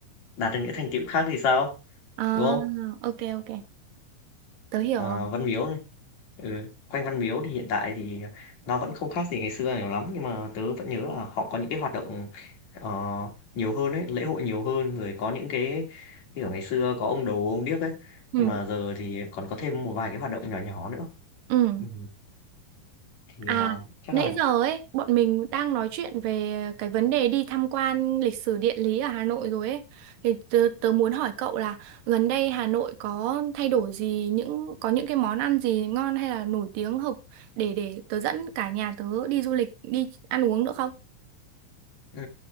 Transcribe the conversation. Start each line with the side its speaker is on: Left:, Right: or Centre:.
Left: đạt được những thành tựu khác thì sao,
Right: À
Left: đúng không?
Right: ok ok. Tớ hiểu
Left: À,
Right: rồi.
Left: Văn Miếu Ừ, quanh Văn Miếu thì hiện tại thì nó vẫn không khác gì ngày xưa nhiều lắm nhưng mà tớ vẫn nhớ là họ có những cái hoạt động ờ, nhiều hơn ấy, lễ hội nhiều hơn rồi có những cái như kiểu ngày xưa có ông đồ ông điếc ấy
Right: Ừ.
Left: nhưng mà giờ thì còn có thêm một vài cái hoạt động nhỏ nhỏ nữa.
Right: Ừ.
Left: Ừ, thì
Right: À,
Left: ờ, chắc
Right: nãy
Left: là
Right: giờ ấy, bọn mình đang nói chuyện về cái vấn đề đi tham quan lịch sử địa lý ở Hà Nội rồi ấy. Thì tớ, tớ muốn hỏi cậu là gần đây Hà Nội có thay đổi gì, những có những cái món ăn gì ngon hay là nổi tiếng hợp để để tớ dẫn cả nhà tớ đi du lịch, đi ăn uống nữa không?
Left: ừ,